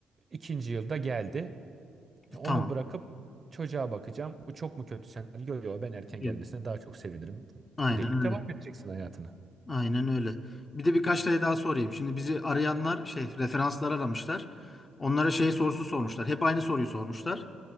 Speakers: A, on the right; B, on the left.
A: İkinci yılda geldi. E, Onu
B: Tamam.
A: bırakıp çocuğa bakacağım. Bu çok mu kötü senaryo? Yok ben erken
B: Yok.
A: gelmesine daha çok sevinirim
B: Aynen
A: deyip
B: öyle.
A: devam edeceksin hayatına.
B: Aynen öyle. Bir de birkaç tane daha sorayım. Şimdi bizi arayanlar şey referanslar aramışlar. Onlara şey sorusu sormuşlar. Hep aynı soruyu sormuşlar.